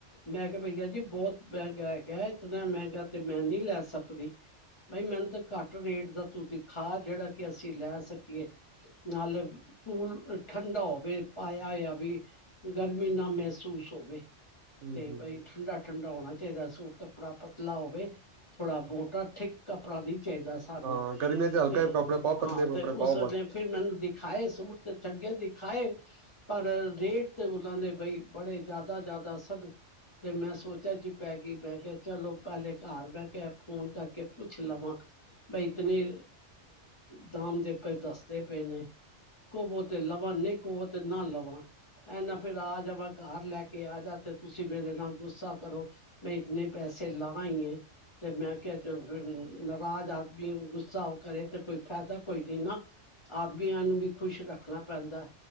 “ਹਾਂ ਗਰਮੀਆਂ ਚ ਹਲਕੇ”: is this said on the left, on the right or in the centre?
Right